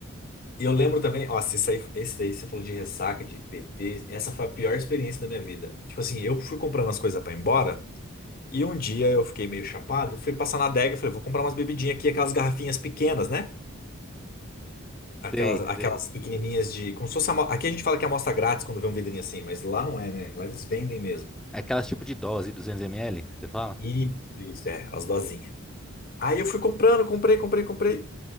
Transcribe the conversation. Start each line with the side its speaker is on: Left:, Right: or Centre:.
Left: E eu lembro também, nossa, isso aí, esse daí você falou de ressaca, de PT. Essa foi a pior experiência da minha vida. Tipo assim, eu fui comprando as coisas pra ir embora. E um dia eu fiquei meio chapado e fui passar na adega e falei, vou comprar umas bebidinhas aqui, aquelas garrafinhas pequenas, né? Aquelas,
Centre: Sei,
Left: aquelas
Centre: sei.
Left: pequenininhas de. Como se fosse. amo- Aqui a gente fala que é amostra grátis quando vê um vidrinho assim, mas lá não é, né? Lá eles vendem mesmo.
Centre: Aquelas tipo de dose, 200 ml, você fala?
Left: Isso, isso, é, as dosinhas. Aí eu fui comprando, comprei, comprei, comprei.